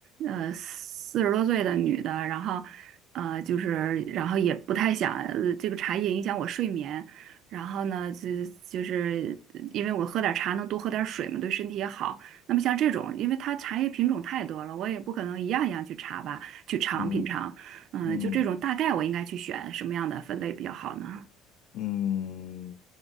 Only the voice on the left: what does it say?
嗯
嗯。
嗯，